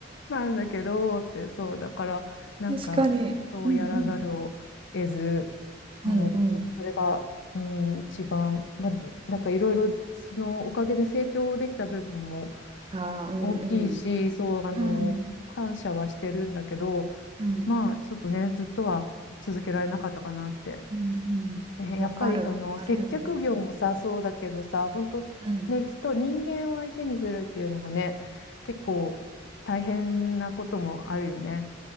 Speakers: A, on the left (about 65°); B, on the right (about 30°).
A: なんだけど、って、そう、だから、なんか、
B: 確かに。
A: そうやらざるを得ず、
B: うんうん。
A: まあ、
B: うんうん。
A: それが、うん、一番、まあ、なんかいろいろ、そのおかげで成長できた部分も
B: ああ、うんうん。
A: 大きいし、そう、あの、
B: うん。
A: 感謝はしてるんだけど、
B: うん。
A: まあ、ちょっとね、ずっとは続けられなかったかなって
B: うんうん。
A: ね、
B: わかる。
A: やっぱりその接客業もさ、
B: あるよね。
A: そうだけどさ、本当ね、
B: うん。
A: 人、人間を相手にするっていうのがね、結構大変なこともあるよね。